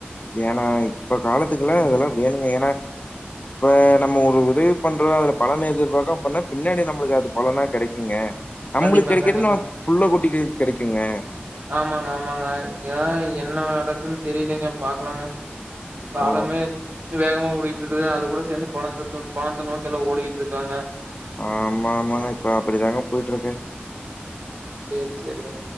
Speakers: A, on the left; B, on the right.
A: ஏனா இப்ப காலத்துக்கெல்லா இதெல்லா வேணுங்க ஏனா இப்ப நம்ம ஒரு உதவி பண்றோ அதுல பலன எதிர்ப்க்காம பண்ணா பின்னாடி நம்ளுக்கு அது பலனா கெடைக்குங்க நம்ளுக்கு
B: கண்டிப்பாங்க,
A: கெடைக்கறது
B: கண்டிப்பாங்க.
A: நம்ம புள்ள குட்டிங்களுக்கு கெடைக்குங்க
B: ஆமாங்க ஆமாங்க இதான் என்ன நடக்குன்னு தெரிலங்க பாக்கலாங்க காலமே
A: ஓ
B: வேகமா கூடி இருக்குது அது கூட சேந்து பணத்தை தொ நோக்கி ஓடிக்கிட்டு இருக்காங்க
A: ஆமா ஆமாங்க இப்ப அப்டிதாங்க போயிட்டுருக்கு
B: சேர் செரிங்க